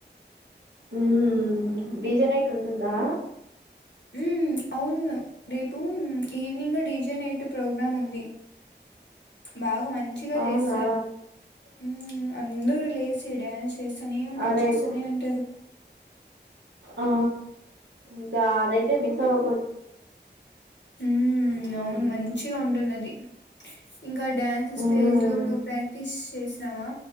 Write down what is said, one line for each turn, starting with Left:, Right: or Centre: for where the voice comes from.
Right: ఉ డీజే నైట్ ఉంటుందా
Left: మ్మ్ అవును రేపు ఈవినింగ్ డీజే నైట్ ప్రోగ్రామ్ ఉంది బాగా మంచి మంచిగా
Right: అవునా
Left: చేస్తారు మ్మ్ అందరు లేసి డాన్స్ చేస్తూనే ఉంటారు
Right: అదైతే
Left: చేస్తూనే ఉంటారు
Right: ఆ ఇంకా అదైతే మిస్ అవ్వ
Left: ఉ
Right: మ్మ్
Left: అవును మంచిగా ఉంటుందది ఇంకా డ్యాన్స్ స్టేజ్
Right: మ్మ్
Left: లో నువ్వు ప్రాక్టీస్ చేసినామా